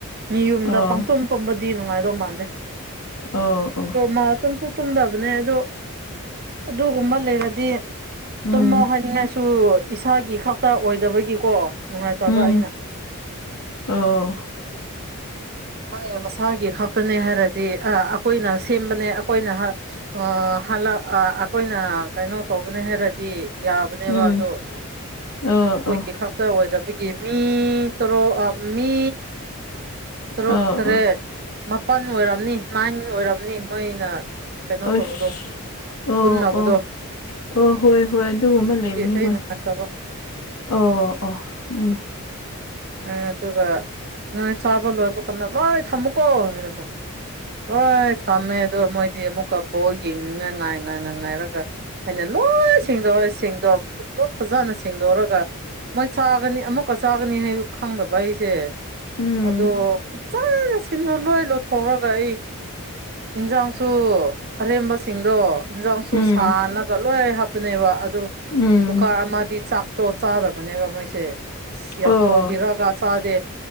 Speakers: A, on the right; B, on the left.
A: ꯃꯤ ꯌꯨꯝꯗ
B: ꯑꯣ
A: ꯄꯥꯡꯇꯨꯝ ꯇꯨꯝꯕꯗꯤ ꯅꯨꯡꯉꯥꯏꯗꯧ ꯃꯥꯟꯗꯦ
B: ꯑꯣ ꯑꯣ
A: ꯃꯥ ꯇꯨꯝꯁꯨ ꯇꯨꯝꯗꯕꯅꯦ ꯑꯗꯣ ꯑꯗꯨꯒꯨꯝꯕ ꯂꯩꯔꯗꯤ
B: ꯎꯝ
A: ꯇꯨꯝꯃ‌ꯣ ꯍꯥꯏꯅꯤꯡꯉꯥꯁꯨ ꯏꯁꯥꯒꯤ ꯈꯛꯇ ꯑꯣꯏꯗꯕꯒꯤꯀꯣ ꯅꯨꯡꯉꯥꯏꯇꯕ
B: ꯎꯝ
A: ꯑꯩꯅ
B: ꯑꯣ
A: ꯍ‌ꯣꯏ ꯃꯁꯥꯒꯤ ꯈꯛꯇꯅꯦ ꯍꯥꯏꯔꯗꯤ ꯑ ꯑꯩꯈꯣꯏꯅ ꯁꯦꯝꯕꯅꯦ ꯑꯩꯈꯣꯏꯅ ꯍ ꯑ ꯍꯂꯛ ꯑ ꯑꯩꯈꯣꯏꯅ ꯀꯩꯅꯣ ꯇꯧꯕꯅꯦ ꯍꯥꯏꯔꯗꯤ ꯌꯥꯕꯅꯦꯕ
B: ꯎꯝ
A: ꯑꯗꯣ
B: ꯑꯣ
A: ꯑꯩꯈꯣꯏꯒꯤ
B: ꯑꯣ
A: ꯈꯛ ꯇ ꯑꯣꯏꯗꯕꯒꯤ ꯃꯤ ꯇꯔꯨ ꯑ ꯑꯃꯤ ꯇꯔꯨꯛ
B: ꯑꯣ
A: ꯇꯔꯦꯠ
B: ꯑꯣ
A: ꯃꯥꯄꯜ ꯑꯣꯏꯔꯝꯅꯤ ꯅꯥꯏꯟ ꯑꯣꯏꯔꯝꯅꯤ ꯃꯩꯅ ꯀꯩꯅꯣ
B: ꯑꯁ
A: ꯇꯧꯕꯗꯣ
B: ꯑꯣ
A: ꯄꯨꯟꯅꯕꯗꯣ
B: ꯑꯣ ꯑꯣ ꯍꯣꯏ ꯍꯣꯏ ꯑꯗꯨꯒꯨꯝꯕ ꯂꯩꯕꯅꯤ
A: ꯑꯩ
B: ꯍꯣꯏ
A: ꯅꯨꯡꯉꯥꯏꯇꯕ
B: ꯑꯣ ꯑꯣ ꯎꯝ
A: ꯑꯦ ꯑꯗꯨꯒ ꯅꯣꯏ ꯆꯥꯕ ꯂꯣꯏꯕ ꯀꯗ ꯂꯣꯏ ꯊꯝꯃꯨꯀꯣ ꯍꯥꯏꯔꯒ ꯍꯣꯏ ꯊꯝꯃꯦ ꯑꯗꯣ ꯃꯣꯏꯗꯤ ꯑꯃꯨꯛꯀ ꯕꯣꯛ ꯌꯦꯡꯅꯤꯡꯉ ꯉꯥꯏ ꯉꯥꯏ ꯉ ꯉꯥꯏꯔꯒ ꯍꯥꯏꯩꯅ ꯂꯣꯏ ꯁꯦꯡꯗꯣꯛꯑ ꯁꯦꯡꯗꯣꯛ ꯂꯣꯏ ꯐꯖꯅ ꯁꯦꯡꯗꯣꯛꯎꯔꯒ ꯃꯣꯏ ꯆꯥꯒꯅꯤ ꯑꯃꯨꯛꯀ ꯆꯥꯒꯅꯤ ꯍꯥꯏ ꯈꯪꯗꯕ ꯑꯩꯁꯦ
B: ꯎꯝ
A: ꯑꯗꯣ ꯐꯅ ꯁꯤꯟꯗ ꯂꯣꯏ ꯂꯣꯠꯊꯣꯛꯔꯒ ꯑꯩ ꯌꯦꯟꯖꯥꯡꯁꯨ ꯑꯔꯦꯝꯕꯁꯤꯡꯗꯣ ꯌꯦꯟꯖꯥꯡꯁꯨ
B: ꯎꯝ
A: ꯁꯥꯂꯒ ꯂꯣꯏꯔ ꯍꯥꯞꯄꯅꯦꯕ ꯑꯗꯨ
B: ꯎꯝ
A: ꯀꯨꯀꯥꯔ ꯑꯃꯗꯤ ꯆꯥꯛꯇꯣ ꯆꯥꯗꯕꯅꯦꯕ ꯃꯣꯏꯁꯦ ꯌꯥꯝ
B: ꯑꯣ
A: ꯊꯣꯡꯕꯤꯔꯒ ꯆꯥꯗꯦ